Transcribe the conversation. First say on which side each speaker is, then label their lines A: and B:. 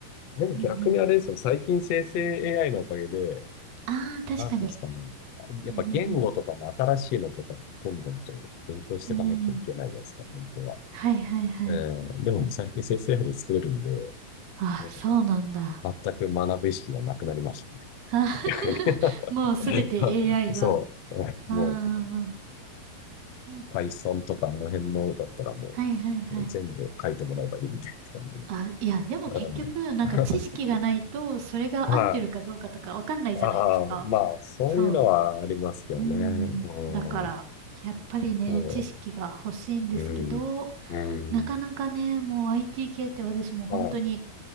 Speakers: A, on the left; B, on the right.
A: でも逆にあれですよ、
B: うんうん。
A: 最近生成 AI のおかげで、
B: ああ、確かに。
A: なんていうんですかね、やっぱ言語とかも新しいのとか、
B: うんうん
A: どんどんと勉強していかなきゃいけないじゃないですか、
B: うん。うん。
A: 本当は。
B: はいはいはい。
A: えー、でも最近生成 AI で作れるんで、
B: ああ、
A: なんか
B: そうなんだ。
A: 全く学ぶ意識がなくなりましたね、
B: あー
A: 逆に。<laughs>
B: <laughs> もうすべて AI が。
A: そう。えもう、
B: ああ、うんうん
A: Python とかあの辺のだったらもう全部書いてもらえばいいみたいな感じね。
B: はいはいはい。あ、いや、でも結局、
A: うん。
B: なんか知識がないと、
A: <laughs>
B: それが合ってるかどうかとかわかんないじゃないですか。
A: はい。ああ、まあ、そういうのはありますけどね。
B: そう。うん。
A: うん。
B: だから、やっぱりね、
A: そ
B: 知識が欲しいんですけど、
A: う。うん。うん。
B: なかなかね、もう IT 系って私も本当に
A: は